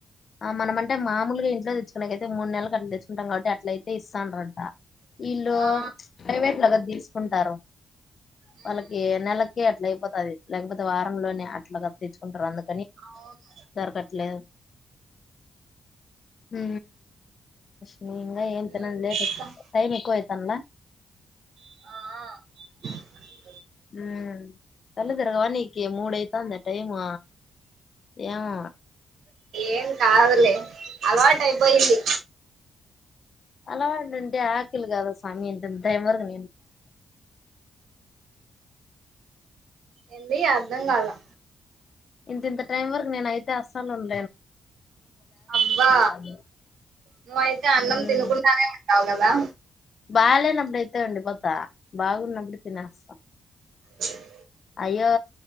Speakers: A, on the left (about 55°); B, on the right (about 75°).
A: ఆ మనమ అంటే మామూలుగా ఇంట్లో తెచ్చ అనకైతే మూడు నల కచ్చ ఉంటాం కాబట్టి అట్లయితే ఇస్తానంట వీళ్ళు
B: ఆ
A: ప్రైవేట్ లాగా తీసుకుంటారు
B: ఉమ్,
A: వాళ్లకి నెలకి అట్లా అయి. అది లేకపోతే వారంలోనే అట్లా తీచ్చుకుంటారు అందుకని
B: అవును
A: దరకట్లేదు హూ. హు ఇంగా ఏ తన
B: ఏం
A: లేట్
B: చేస్తాం
A: టైమ్ ఎక్కువ ఐతనలా
B: ఆ
A: హు కల్లు తిరగవా నికి మూడైతాది టైము ఏమొ
B: ఏమ్ కాదులే అలవాటు అయిపోయింది.
A: అలావాటంటే ఆకలి కాదా స్వామి టైం వరకు.
B: ఎంది అర్ధం కాాలే
A: ఇంత ఇంత టైమ్ వరకు నేనయి అస్సలు ఉన్
B: అబ్బా
A: స్వామి
B: నువ్వయితే అన్నం
A: ఉమ్
B: తిినకుండానే ఉంటావు కదా.
A: బాగాలేనప్పుడు అయితే ఉండి పోతా బాగున్నప్పుడు తినేస్తా
B: చు చ్.
A: అయ్యో